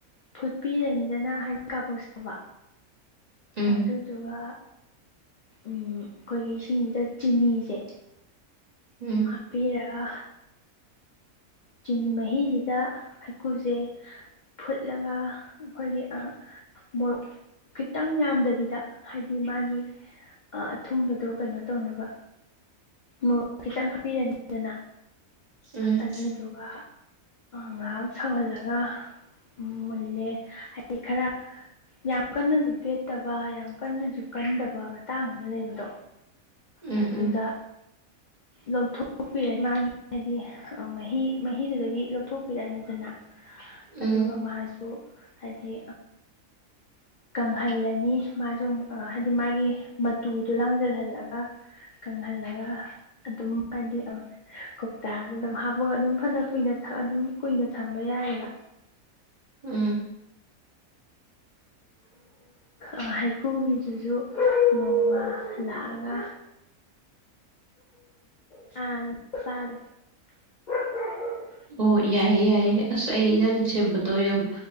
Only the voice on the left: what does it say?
ꯐꯨꯠꯄꯤꯔꯅꯤꯗꯅ ꯍꯥꯏꯅꯤꯡ ꯀꯥꯄꯣꯛꯆꯕ
ꯑꯗꯨꯗꯨꯒ ꯑꯩꯈꯣꯏꯒꯤ ꯁꯤꯡꯁꯤꯗ ꯆꯤꯅꯤꯁꯦ
ꯍꯥꯞꯄꯤꯤꯔꯒ ꯆꯤꯅꯤ ꯃꯍꯤꯁꯤꯗ ꯍꯩꯀꯨꯁꯦ ꯐꯨꯠꯂꯒ ꯑꯩꯈꯣꯏꯒꯤ ꯃꯣꯔꯣꯛ ꯈꯤꯇꯪ ꯌꯥꯝꯗꯕꯤꯗ ꯍꯥꯏꯗꯤ ꯃꯥꯒꯤ ꯑꯊꯨꯝꯕꯗꯣ ꯀꯩꯅꯣ ꯇꯧꯅꯕ ꯃꯣꯔꯣꯛ ꯈꯤꯇꯪ ꯍꯥꯞꯄꯤꯔꯅꯤꯗꯅ
ꯑꯗꯨꯗꯨꯒ ꯉꯥꯏꯍꯥꯛ ꯁꯧꯍꯜꯂꯒ ꯃꯨꯜꯂꯦ ꯍꯥꯏꯗꯤ ꯈꯔ ꯌꯥꯝ ꯀꯟꯅꯁꯨ ꯄꯦꯠꯇꯕ ꯌꯥꯝ ꯀꯟꯅꯁꯨ ꯀꯟꯗꯕ ꯇꯥꯡ ꯑꯃ ꯂꯩꯕꯗꯣ
ꯑꯗꯨꯗ
ꯂꯧꯊꯣꯛꯄꯤꯔꯛꯏ ꯃꯥꯒꯤ ꯍꯥꯏꯗꯤ ꯃꯍꯤ ꯃꯍꯤꯗꯨꯗꯒꯤ ꯂꯧꯊꯣꯛꯄꯤꯔꯛꯑꯅꯤꯗꯅ
ꯑꯗꯨꯒ ꯃꯥꯁꯨ ꯍꯥꯏꯗꯤ ꯀꯪꯍꯜꯂꯅꯤ ꯃꯥꯁꯨ ꯍꯥꯏꯗꯤ ꯃꯥꯒꯤ ꯃꯇꯨꯗꯣ ꯂꯥꯡꯁꯤꯜꯍꯜꯂꯒ ꯀꯪꯍꯜꯂꯒ ꯑꯗꯨꯝ ꯍꯥꯏꯗꯤ ꯀꯧꯇꯥꯗ ꯑꯗꯨꯝ ꯍꯥꯞꯄꯒ ꯑꯗꯨꯝ ꯐꯅ ꯀꯨꯏꯅ ꯑꯗꯨꯝ ꯀꯨꯏꯅ ꯊꯝꯕ ꯌꯥꯏꯑꯕ
ꯃꯣ ꯍꯩꯀꯨꯒꯤꯗꯨꯁꯨ ꯅꯣꯡꯃ ꯂꯥꯛꯑꯒ ꯆ ꯆꯂꯦ <unintelligible>